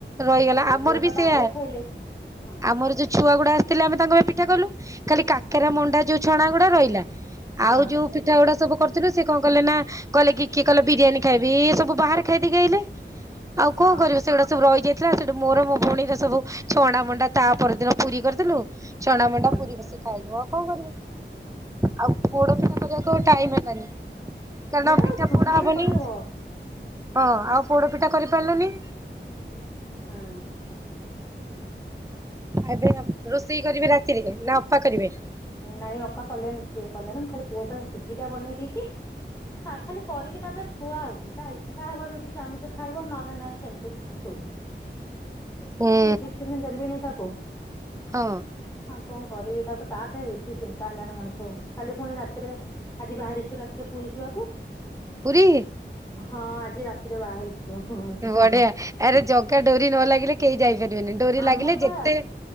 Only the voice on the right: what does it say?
ରହିଗଲା
ଆମର
ବି
ସେଇଆ
ଆମର ଯୋଉ ଛୁଆ ଗୁଡ ଆଥିଲେ ଆମେ ତାଙ୍କ ପାଇଁ ପିଠା କଲୁ ଖାଲି କାକେରା ମଣ୍ଡା ଯୋଉ ଛଣା ଗୁଡା ରହିଲା।
ଆଉ ଯୋଉ ପିଠାଗୁଡା ସବୁ କରି ସେ କଣ କଲେ ନା କହଲେ କି କିଏ କଲେ ବିରିୟାନୀ ଖାଇବି ସବୁ ବାହାରେ ଖାଇଦକି ଆହଲେ। ଆଉ କଣ
କରିବ ସେଗୁଡା ସବୁ ରହିଯାଇ। ଥିଲା ସେଠୁ ମୋର ମୋ ଭଉଣୀର ସବୁ ଛଣ୍ଡ ମଣ୍ଡା ତା ପରଦିନ ପୁରୀ କରିଥିଲୁ। ଚଛଣା ମଣ୍ଡା
ପୁରୀ -ବସ ଖାଇଦବ ଆଉ କଣ କରିବ ଆଉ, ପୋଡ ପିଠା କ ଟାଇ ହେଲି କାରଣ
ପିଠା
ପଡା ହବନି
ହଁ ଆଉ ପୋଡ଼ପିଠା କରିପାରିଲନି।
ଏବେ ରୋଷେଇ କରିବେ ରାତିରେ ନା ଅପା କରିବେ?
ହୁଁ
ହଁ।
ପ୍ରୀ।
ବଢିଆ ଆରେ ଜଗା ଡୋରି ନଲାଗି କେହି ଯାଇପାରିବେନି। ଡୋରି
ଲାଗିଲେ
ଯେତେ